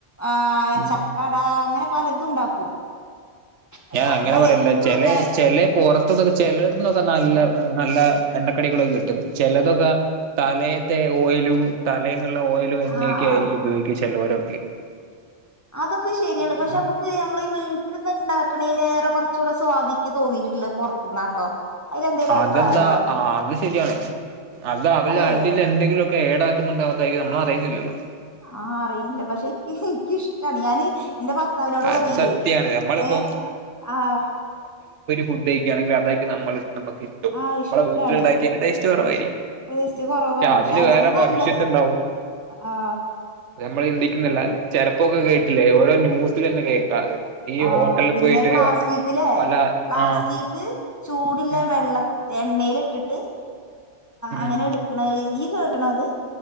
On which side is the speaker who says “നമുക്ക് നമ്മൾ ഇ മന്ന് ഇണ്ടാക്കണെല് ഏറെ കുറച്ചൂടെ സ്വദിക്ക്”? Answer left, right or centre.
Left